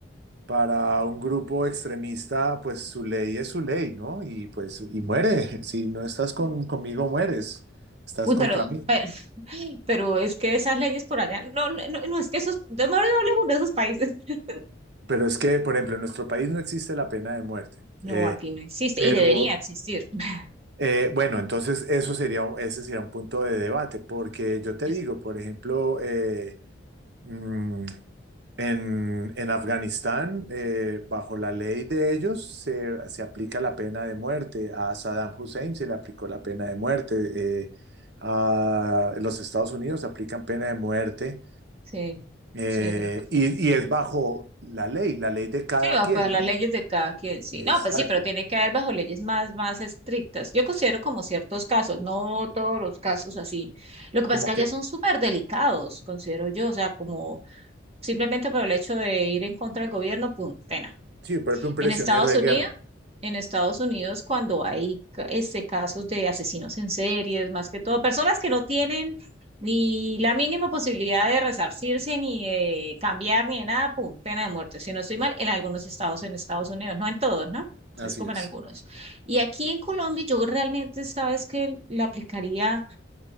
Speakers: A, on the right; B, on the right.
A: para un grupo extremista, pues su ley es su ley, ¿no? Y pues, y muere. <laughs> Si no estás con- conmigo, mueres. Estás
B: Uy,
A: contra
B: pero,
A: mí.
B: pero, <laughs> pero es que esas leyes por allá, no, no, no, no, es que esos, no, no hablemos de esos países. <laughs>
A: Pero es que, por ejemplo, en nuestro país no existe la pena de muerte.
B: No,
A: Eh,
B: aquí no existe
A: pero,
B: y debería existir. <laughs>
A: eh, bueno, entonces eso sería, un- ese sería un punto de debate, porque yo te
B: Es-
A: digo, por ejemplo, eh, mm, En, en Afganistán, eh, bajo la ley de ellos, se, se aplica la pena de muerte. A Saddam Hussein se le aplicó la pena de muerte. eh, a los Estados Unidos aplican pena de muerte.
B: Sí,
A: eh,
B: sí, es verdad.
A: y, y es bajo la ley, la ley de cada
B: Sí, va,
A: quien,
B: pues las
A: ¿no?
B: leyes de cada quien, sí.
A: Exacto.
B: No, pues sí, pero tiene que haber bajo leyes más, más estrictas. Yo considero como ciertos casos, no todos los casos así. Lo que pasa
A: Como
B: es que allá
A: que,
B: son súper delicados, considero yo, o sea, como simplemente por el hecho de ir en contra del gobierno, pum, pena.
A: sí, por ejemplo, un prisionero
B: En Estados
A: de
B: Unidos,
A: guerra.
B: en Estados Unidos cuando hay ca- este, casos de asesinos en series, más que todo, personas que no tienen ni la mínima posibilidad de resarcirse, ni de cambiar, ni de nada, pum, pena de muerte. Si no estoy mal, en algunos estados en Estados Unidos, no en todos, ¿no?
A: Así
B: Es como
A: es.
B: en algunos. Y aquí en Colombia, yo realmente, sabes que la aplicaría